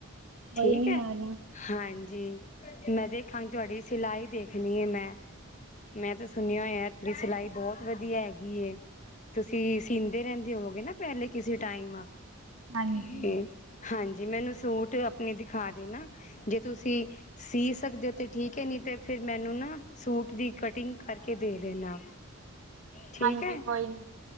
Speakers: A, on the right (about 65°); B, on the left (about 35°).
A: ਕੋਈ
B: ਠੀਕ
A: ਨੀ
B: ਹੈ।
A: ਆਣਾ
B: ਹਾਂਜੀ, ਮੈਂ ਦੇਖਾਂ ਤੁਹਾਡੀ ਸਿਲਾਈ ਦੇਖਣੀ ਹੈ ਮੈਂ ਮੈਂ ਤੇ ਸੁਨਿਆ ਹੋਇਆ, ਤੁਹਾਡੀ ਸਿਲਾਈ ਬੌਤ ਵਧੀਆ ਹੈਗੀ ਏ। ਤੁਸੀਂ ਸੀਂਦੇ ਰਹਿੰਦੇ ਹੋਵੋਗੇ ਨਾ ਪਹਿਲੇ ਕਿਸੇ ਟਾਈਮ
A: ਹਾਂਜੀ
B: ਤੇ ਹਾਂਜੀ, ਮੈਨੂੰ ਸੂਟ ਆਪਨੇ ਦਿਖਾ ਦੇਨਾ ਜੇ ਤੁਸੀਂ ਸੀ ਸਕਦੇ ਹੋ ਤੇ ਠੀਕ ਹੈ, ਨ‌ਈ ਤੇ ਫੇਰ ਮੈਨੂੰ ਨਾ ਸੂਟ ਦੀ ਕਟਿੰਗ ਕਰਕੇ ਦੇ ਦੇਨਾ, ਠੀਕ
A: ਹਾਂਜੀ
B: ਹੈ।
A: ਕੋਈ ਨੀ